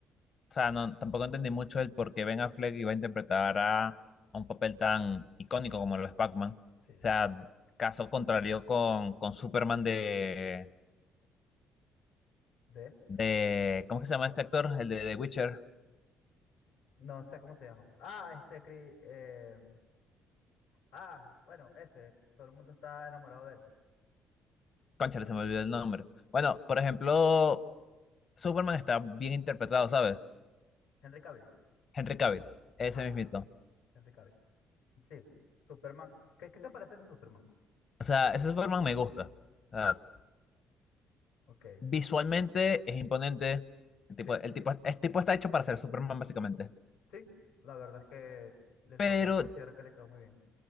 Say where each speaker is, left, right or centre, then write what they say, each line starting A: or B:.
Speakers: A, on the left; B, on the left.
A: o sea, no, tampoco entendí mucho el por qué Ben Affleck iba a interpretar a, a un papel tan icónico como lo es Pac-Man.
B: Sí.
A: O sea, caso contrario con, con Superman de
B: ¿De?
A: de, ¿cómo que se llama este actor? El de The Witcher.
B: No sé cómo se llama. Ah, este, Cri- eh, ah, bueno, ese, todo el mundo está enamorado de él.
A: Cónchale, se me olvidó el nombre. Bueno, por ejemplo, Superman está bien interpretado, ¿sabes?
B: Henry Cavill.
A: Henry Cavill, ese
B: Ajá,
A: mismito.
B: Henry Cavill. Sí, Superman. ¿Qué, qué te parece ese Superman?
A: O sea, ese Superman me gusta. O sea,
B: Ok,
A: visualmente es imponente. El
B: sí,
A: tipo, el tipo, este tipo está hecho para ser Superman, básicamente.
B: sí, la verdad es que el
A: Pero
B: papel considero que le quedó muy bien.